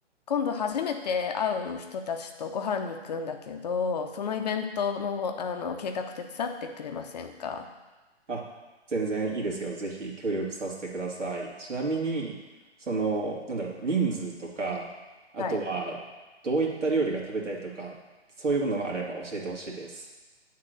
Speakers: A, on the left (about 35°); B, on the right (about 85°).
A: 今度初めて会う人たちとご飯に行くんだけど、そのイベントの、あの計画手伝ってくれませんか
B: あ、全然いいですよ。ぜひ協力させてください。ちなみに、その、なんだろう、人数とか、あとは、
A: はい。
B: どういった料理が食べたいとか、そういうものがあれば教えてほしいです。